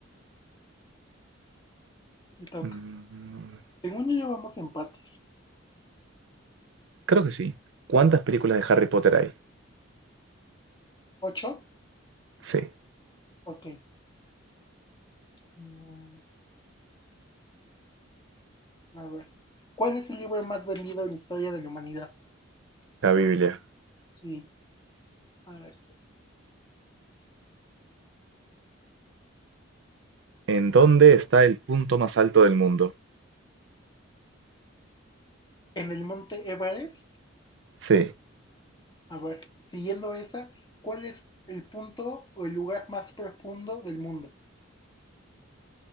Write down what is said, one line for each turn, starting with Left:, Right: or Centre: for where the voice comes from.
Left: me toca.
Right: Mm,
Left: Según yo llevamos empates.
Right: creo que sí. ¿Cuántas películas de Harry Potter hay?
Left: ¿Ocho?
Right: Sí,
Left: Ok. mm, a ver. ¿Cuál es el libro más vendido en la historia de la humanidad?
Right: la Biblia.
Left: Sí. A ver.
Right: ¿En dónde está el punto más alto del mundo?
Left: En el monte Everest.
Right: Sí,
Left: A ver. Siguiendo esa, ¿cuál es el punto o el lugar más profundo del mundo?